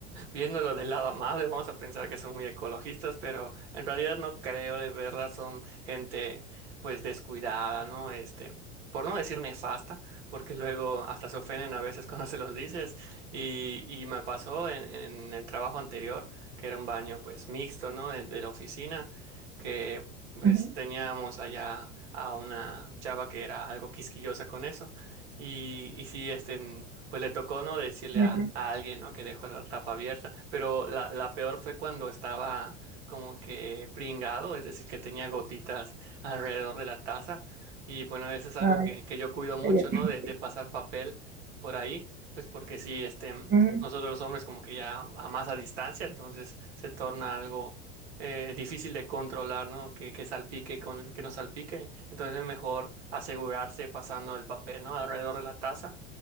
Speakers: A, on the right; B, on the right.
A: viéndolo del lado amable, vamos a pensar que son muy ecologistas, pero en realidad no creo, de verdad son gente pues descuidada, ¿no? Este, por no decir nefasta, porque luego hasta se ofenden a veces <laughs> cuando se los dices. Y, y me pasó en, en el trabajo anterior, que era un baño pues mixto, ¿no? De, de la oficina, que pues
B: Ujú,
A: teníamos allá a una chava que era algo quisquillosa con eso. Y, y sí, este, en- pues le tocó no decirle
B: ujú.
A: a, a alguien, ¿no? Que dejó la tapa abierta. Pero la, la peor fue cuando estaba como que pringado, es decir, que tenía gotitas alrededor de la taza. Y bueno, eso es algo
B: Ay,
A: que, que yo cuido mucho,
B: cállate.
A: ¿no? De, de pasar papel por ahí, pues porque sí, este,
B: Ujú,
A: nosotros los hombres como que ya a más a distancia, entonces se torna algo eh, difícil de controlar, ¿no? Que, que salpique con que no salpique. Entonces es mejor asegurarse pasando el papel, ¿no? Alrededor de la taza.